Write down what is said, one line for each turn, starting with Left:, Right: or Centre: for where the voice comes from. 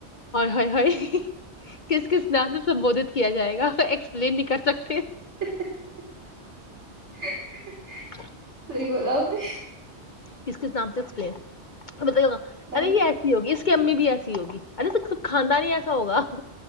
Left: اور ہ <unintelligible> کس کس نام سے سبوودت کیا جائے گا ایکسپلین نہیں کر سکتے
Right: <inaudible> ا <unintelligible>
Left: <inaudible>
Right: بلا نے
Left: کس کس نام سے ایکسپلین بتا
Right: نے
Left: ارے یہ ایسی ہوگی کی امی بھی ایسی ہوگی ارا س سب کھاندا نہیں ایسا ہوگا